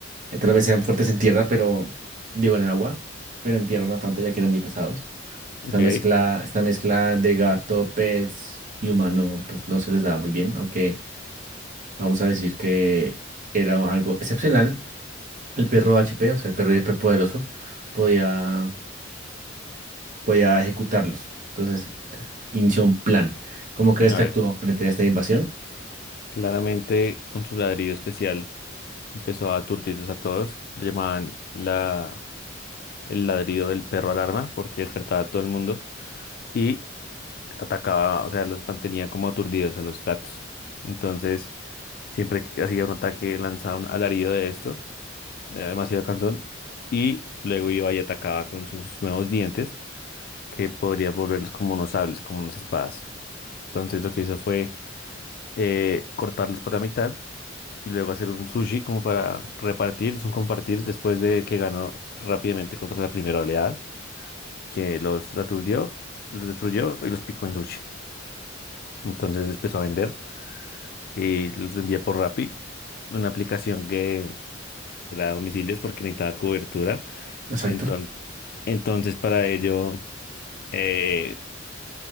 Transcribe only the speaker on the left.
Ok.
A
ver,
claramente con su ladrido especial empezó a aturdirlos a todos. Lo llamaban la, el ladrido del perro alarma porque despertaba a todo el mundo. Y atacaba, o sea, los mantenía como aturdidos a los gatos. Entonces, siempre que hacía un ataque, lanzaba un alarido de esto, eh, demasiado cansón, y luego iba y atacaba con sus nuevos dientes, que podría volverlos como unos sables, como unas espadas. Entonces, lo que hizo fue eh, cortarlos por la mitad y luego hacer un sushi como para repartir, hizo un compartir después de que ganó rápidamente contra la primera oleada, que los aturdió, los destruyó y los picó en sushi. Entonces empezó a vender y los vendía por Rappi, una aplicación que era a domicilios porque necesitaba cobertura.
Enton- Entonces, para ello, eh,